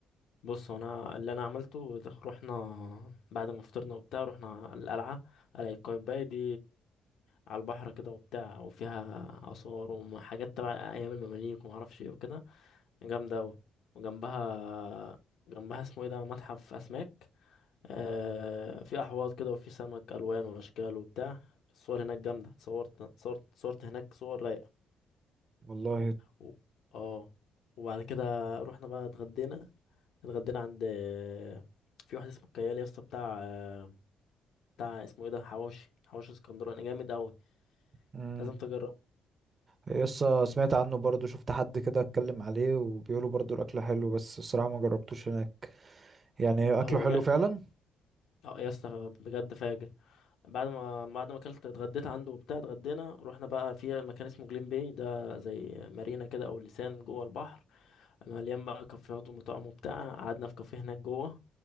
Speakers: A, on the left; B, on the right.
A: بص هو انا اللي انا عملته ده رحنا بعد ما فطرنا وبتاع رحنا القلعه قلعه قايتباي دي على البحر كده وبتاع وفيها اثار وحاجات تبع ايام المماليك وما اعرفش ايه وكده جامده قوي وجنبها جنبها اسمه ايه ده متحف اسماك آه، في احواض كده وفي سمك الوان واشكال وبتاع الصور هناك جامده اتصورت صورت صورت هناك صور رايقه
B: والله
A: و... اه وبعد كده رحنا بقى اتغدينا اتغدينا عند آه، في واحد اسمه كيال يا اسطى بتاع آه، بتاع اسمه ايه ده حواوشي حواوشي اسكندراني يعني جامد قوي
B: مم.
A: لازم تجرب
B: يسا سمعت عنه برضه شفت حد كده اتكلم عليه وبيقولوا برضه الاكل حلو بس الصراحه ما جربتوش هناك يعني اكله
A: هو
B: حلو
A: جاء
B: فعلا
A: اه يا اسطى بجد فاجر بعد ما بعد ما اكلت اتغديت عنده وبتاع اتغدينا رحنا بقى في مكان اسمه جليم باي ده زي مارينا كده او لسان جوه البحر مليان بقى كافيهات ومطاعم وبتاع قعدنا في كافيه هناك جوه